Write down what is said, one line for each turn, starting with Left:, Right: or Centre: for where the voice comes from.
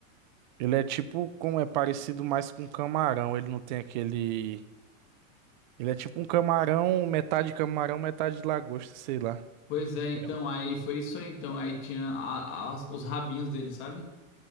Right: Ele é tipo, como é parecido mais com camarão, ele não tem aquele Ele é tipo um camarão, metade camarão, metade lagosta, sei lá.
Left: Pois é, então,
Right: É.
Left: aí foi isso aí, então. Aí tinha a- as- os rabinhos dele, sabe?